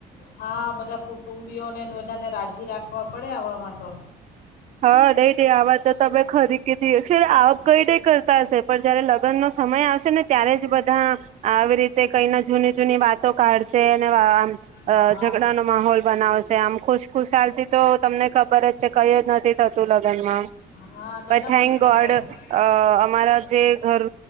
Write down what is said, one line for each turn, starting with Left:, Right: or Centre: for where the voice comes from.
Left: હા બધા કુટુંબીઓને ને બધાને રાજી રાખવા પડે આવામાં તો
Right: હા, નય, નય આ વાત તમે ખરી કી દી છે આમ કઈ નય કરતા હશે પણ જયારે લગ્નનો સમય આવશે ને ત્યારે જ બધા આવી રીતે તે કઈ ના જૂની જૂની વાતો કાઢશે, અને આમ અ
Left: હા
Right: ઝઘડાનો માહોલ બનાવશે આમ ખુશખુશાલ થી તો તમને ખબર જ ક જ નથી થતું લગનમાં,
Left: હા ના
Right: પણ
Left: ના
Right: થેન્ક
Left: મને ખબર
Right: ગોડ
Left: જ છે.
Right: અ અમારા જે ઘર